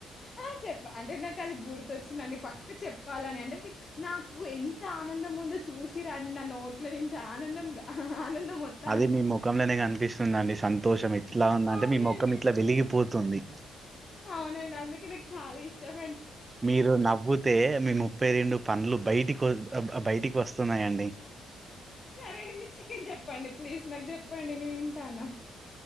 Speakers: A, on the left; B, on the right.
A: ఆ చెప్ అంటే నాక్ అది గుర్తొచ్చిందండి పక్క చెప్పాలని అంటే మిక్ నాకు ఎంత ఆనందం ఉందో చూసింరండి నా నోట్ల నుంచి ఆనందం ఆనందం ఒత్తాంది.
B: అది మీ ముఖంలనే కనిపిస్తుందండి సంతోషం ఇట్లా ఉందంటే
A: అవునండి.
B: మీ ముఖం ఇట్లా వెలిగిపో తుంది
A: అవునండి అందుకే నాకు చాలా ఇష్టం
B: మీరు నవ్వితే మీ ముప్పై రెండు పంలు బయటికి బయటికి వస్తున్నాయాండి
A: సరే అండి మీరు చికెన్ చెప్పండి ప్లీజ్ నాకు చెప్పండి నేను వింటాను